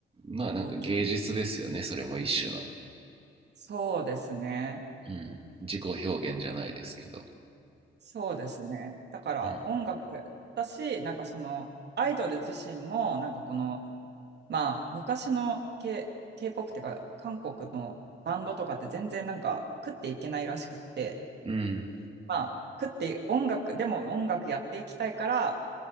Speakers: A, on the right; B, on the right.
A: まあなんか芸術ですよね。
B: 大きい。
A: それも一種の。
B: そうですね。
A: うん。自己表現じゃないですけど。
B: そうですね。だから音楽
A: うん。
B: だし、なんかそのアイドル自身も、なんかこの、まあ、昔の K、K-POP っていうか、韓国のバンドとかって全然なんか食っていけないらしくって、
A: うん。
B: まあ、食って音楽、でも音楽やっていきたいから、